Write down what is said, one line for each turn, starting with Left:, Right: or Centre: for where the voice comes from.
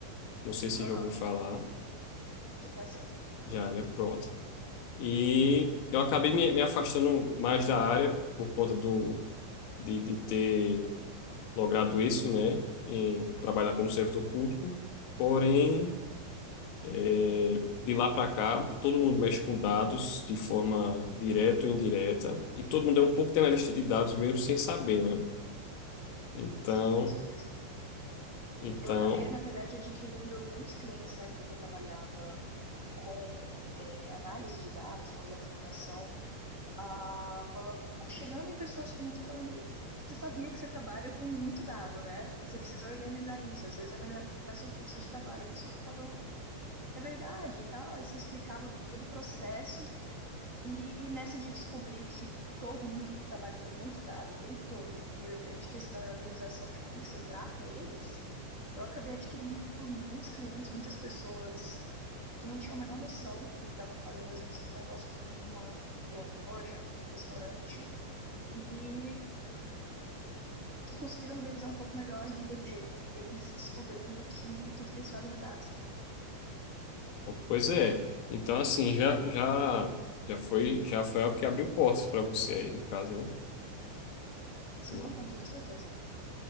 Left: não sei se
Right: Aham,
Left: já ouviu falar,
Right: já sim.
Left: já, né? Pronto. E eu acabei me, me afastando mais da área por conta do, de, de ter logrado isso, né? Em trabalhar como servidor público, porém É, de lá para cá, todo mundo mexe com dados de forma direta ou indireta, e todo mundo é um pouco de de dados mesmo sem saber, né? Então,
Right: Sim, com certeza.
Left: então,
Right: Eu acabei, na verdade, adquirindo muitos clientes na época que eu trabalhava com é, análise de dados, com visualização, a fala, chegando em pessoas comuns e falando: você sabia que você trabalha com muito dado, né? Você precisa organizar isso, às vezes vai melhorar seu fluxo de trabalho. A pessoa ficava, é verdade e tal. Aí você explicava todo o processo e nessa de descobrir que todo mundo trabalha com muito dado o tempo todo, e a grande questão é a organização de como que você trata eles, eu acabei adquirindo muitos clientes, muitas pessoas que não tinham a menor noção do que estavam fazendo, às vezes, num negócio comum, numa loja, num restaurante, e que conseguiram organizar um pouco melhor a vida <laughs> deles, descobrindo que tudo que eles fazem é dados. Né?
Left: pois é. Então, assim, já, já, já foi, já foi algo que abriu portas para você aí, no caso, né?
Right: Sim,
Left: Vamos
Right: com
Left: lá.
Right: toda certeza.